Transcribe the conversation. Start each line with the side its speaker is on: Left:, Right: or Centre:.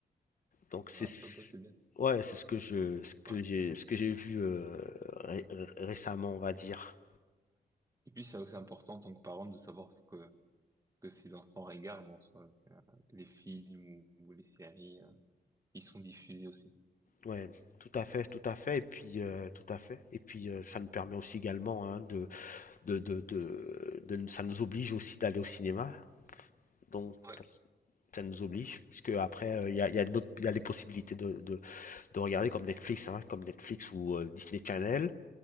Left: donc c'est
Right: Ah, sympa, c'est bien.
Left: ouais c'est ce que je ce que
Right: Ouais.
Left: j'ai
Right: ouais.
Left: ce que j'ai vu euh, ré- ré- récemment on va dire
Right: Et puis, c'est aussi important en tant que parent de savoir ce que, ce que ses enfants regardent en soi. C'est, euh, Les films ou, ou les séries, euh, ils sont diffusés aussi.
Left: ouais tout à fait tout à fait et puis euh, tout à fait et puis euh, ça nous permet aussi également hein, de, de, de, de- ça nous oblige aussi d'aller au cinéma. Donc,
Right: Ouais,
Left: parce- ça nous oblige, parce que après, euh, il y a, y a d'autres- il y a les possibilités de, de- de regarder comme Netflix, hein, comme Netflix ou euh, Disney Channel.